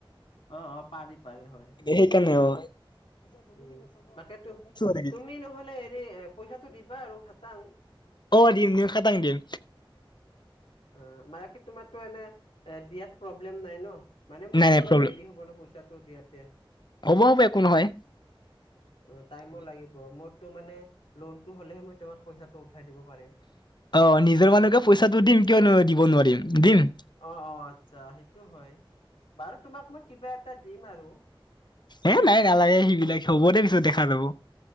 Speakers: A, on the left (about 80°); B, on the left (about 55°).
A: অঁ অঁ পাৰি পাৰি হয়ঁ।
B: সেইকাৰনে অঁ-
A: উমঁ তাকেটো
B: মানে
A: তুমি নহ'লে এনে পইচাটো দিবা আৰু খাটাং।
B: অঁ দিম দিম খাটাং দিম।
A: অঁ মানেকী তোমাৰতো এনে এ দিয়াত প্ৰব্লেম নাই ন। মানে মোৰতটো
B: নাই নাই
A: অলপ
B: প্ৰব্লেম
A: দেৰি হ'ব ন পইচাটো দিয়াতে।
B: হ'ব হ'ব একো নহয়
A: অঁ টাইমো লাগিব মোৰতো মানে লোনতটো হলেহে মই তোমাক পইচাটো উঠাই দিব পাৰিম।
B: অঁ নিজৰ মানুহকে পইচাটো দিম কিয়নো দিব নোৱাৰিম দিম।
A: অঁ, অঁ আচ্ছা সেইটো হয়ঁ বাৰু তোমাক মই কিবা এটা দিম আৰু।
B: এ নাই নালাগে সেই বিলাকে হ'ব দে পিছত দেখা যাব।